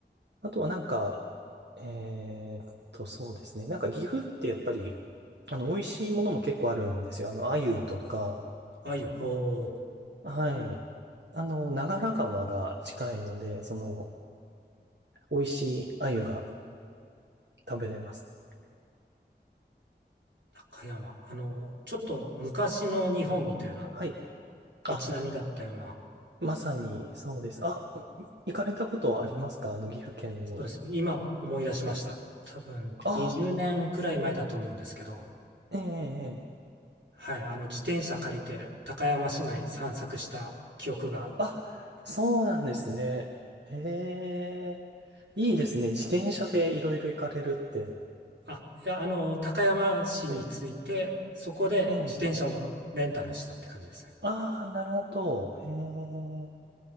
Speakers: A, on the right; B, on the right.
A: あとはなんか、えーっと、そうですね。なんか岐阜ってやっぱり、あの、美味しいものも結構あるんですよ。あの、鮎とか、
B: あゆ、ほう、
A: はい。あの、長良川が近いので、その、美味しい鮎が食べれます。
B: 高山。あの、ちょっと昔の日本みたいな
A: はい。
B: 街並みだったような、
A: あ、まさにそうです。あ、行かれたことはありますかあの、岐阜県の。
B: そうですね。今思い出しました。
A: はい。
B: 多分20年くらい前だと思うんですけど、
A: あ、ええええ
B: はい、あの、自転車借りて高山市内散策した記憶が
A: あ、そうなんですね。ええ、いいですね。自転車でいろいろ行かれるって。
B: あ、いや、あの、高山市に着いて、
A: はい。
B: そこで自転車をレンタルしたって感じですね。
A: ええ。ああ、なるほど。ええ。